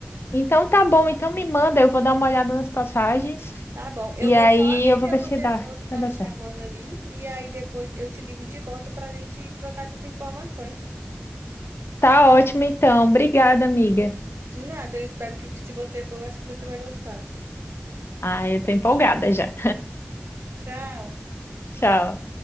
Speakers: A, on the left; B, on the right.
A: Então tá bom, então me manda, eu vou dar uma olhada nas passagens
B: Tá bom. Eu
A: e
B: vou
A: aí
B: só atender
A: eu vou ver
B: uma
A: se
B: pessoa
A: dá,
B: que tá
A: vai dar
B: me
A: certo.
B: chamando ali e aí depois eu te ligo de volta pra gente trocar essas informações.
A: Tá ótimo então, obrigada, amiga.
B: De nada, eu espero que se você for, eu acho que você vai gostar.
A: Ah, eu tô empolgada já.
B: Tchau.
A: <laughs> Tchau.